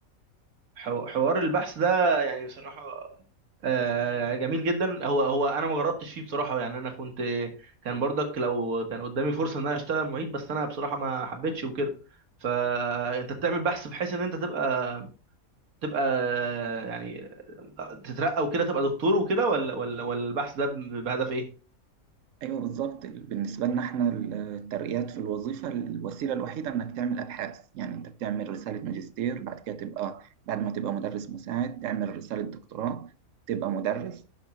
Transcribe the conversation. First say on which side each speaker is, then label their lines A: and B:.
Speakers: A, on the right; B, on the right.
A: حو- حوار البحث ده يعني بصراحة آه، جميل جدا هو هو انا ما جربتش فيه بصراحة يعني انا كنت كان برضك لو كان قدامي فرصة ان انا اشتغل معيد بس انا بصراحة ما حبيتش وكده فانت بتعمل بحث بحيث ان انت تبقى تبقى يعني تترقى وكده تبقى دكتور وكده ولا ولا ولا البحث ده ب- بهدف ايه؟
B: أيوه بالظبط بالنسبة لنا احنا الترقيات في الوظيفة الوسيلة الوحيدة إنك تعمل أبحاث يعني أنت بتعمل رسالة ماجستير بعد كده تبقى بعد ما تبقى مدرس مساعد تعمل رسالة دكتوراه تبقى مدرس